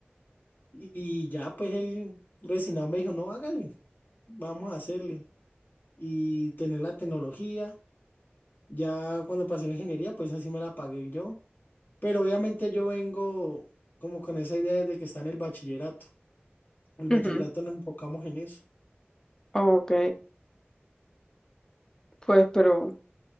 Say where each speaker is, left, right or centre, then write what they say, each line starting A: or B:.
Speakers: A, on the left; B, on the left.
A: Y ya pues el resignado me dijo, no, hágale, vamos a hacerle. Y tener la tecnología, ya cuando pasé la ingeniería, pues así me la pagué yo. Pero obviamente yo vengo como con esa idea desde que está en el bachillerato. En el
B: ujú.
A: bachillerato nos enfocamos en eso.
B: Ok, pues, pero...